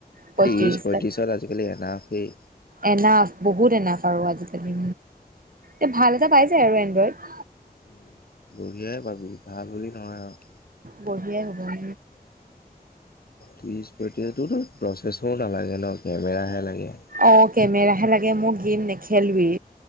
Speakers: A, on the right (about 65°); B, on the left (about 70°).
A: পঁয়ত্ৰিশ
B: ত্ৰিশ পঁয়ত্ৰিশত
A: তাত
B: আজিকালি এনাফ সেই
A: এনাফ বহুত এনাফ আৰু আজিকালি, এ ভাল এটা পাই যায় আৰু এনড্ৰইড।
B: উ বঢ়িয়াই পাবি ভাল বুলি নহয় আৰু।
A: বঢ়িয়াই হ'ব উম
B: ত্ৰিছ পঁয়ত্ৰিশটো তোৰটো প্ৰচেছৰো নালাগে ন' কেমেৰাহে লাগে।
A: অ', কেমেৰাহে লাগে মোক গেম নেখেলোৱেই।